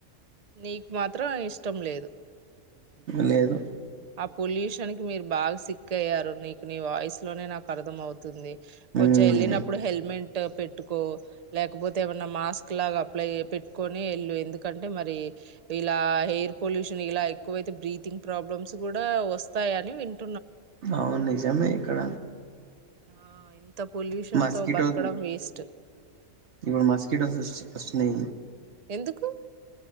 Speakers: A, on the right; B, on the right.
A: నీక్ మాత్రం ఇష్టం లేదు
B: లేదు
A: ఆ పొల్యూషన్ కి మీరు బాగా సిక్ అయ్యారు నీకు నీ వాయిస్ లోనే నాకు అర్థం అవుతుంది కొంచె
B: ఉమ్
A: వెళ్ళినప్పుడు హెల్మెట్ గ పెట్టుకో లేకపోతే ఏమన్నా మాస్క్ లా అప్లై పెట్కొని ఎల్లు ఎందుకు ఎ కంటే మరి ఇలా ఎయిర్ పొల్యూషన్ ఇలా ఎక్కువైతే బ్రీతింగ్ ప్రాబ్లమ్స్ కూడా వస్తాయని వింట
B: అవును నిజమే ఇక్కడ
A: ఆ ఇంత పొల్యూషన్
B: మాస్కటోస్
A: తో బతకడం వేస్ట్
B: ఇవడు మాస్కటోస్న్నా
A: ఎందుకు